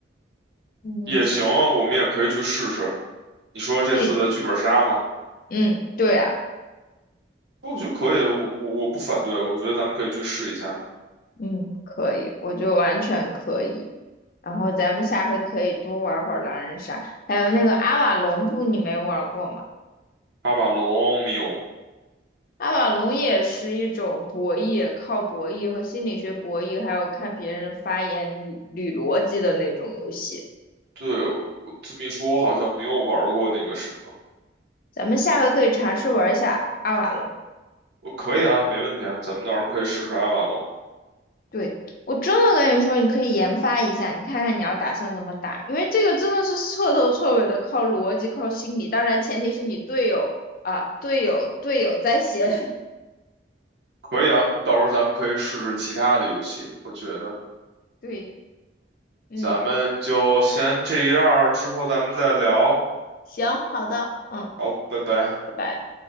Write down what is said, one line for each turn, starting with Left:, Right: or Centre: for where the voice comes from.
Left: 嗯，
Right: 也行啊，我们也可以去试试。你说这次的剧本杀吗？
Left: 对，嗯，对啊，
Right: 哦我觉得可以，我我我不反对，我觉得咱们可以去试一下。
Left: 嗯，可以，我觉得完全可以。然后咱们下回可以多玩会儿狼人杀，还有那个阿瓦隆布，你没玩过吗？
Right: 阿瓦隆没有，
Left: 阿瓦隆也是一种博弈，靠博弈和心理学博弈，还有看别人的发言捋捋逻辑的那种游戏。
Right: 对，我这么一说，我好像没有玩过那个什么，
Left: 咱们下回可以尝试玩一下阿瓦隆。
Right: 我可以啊，没问题啊，咱们到时候可以试试阿瓦隆。
Left: 对，我真的跟你说，你可以研发一下，你看看你要打算怎么打，因为这个真的是彻头彻尾的靠逻辑、靠心理，当然前提是你队友啊，队友队友在先。
Right: 可以啊，到时候咱们可以试试其他的游戏，我觉得
Left: <laughs> 对，嗯。
Right: 咱们就先这样儿之后咱们再聊。
Left: 行，好的，嗯，
Right: 好，拜拜。
Left: 拜拜。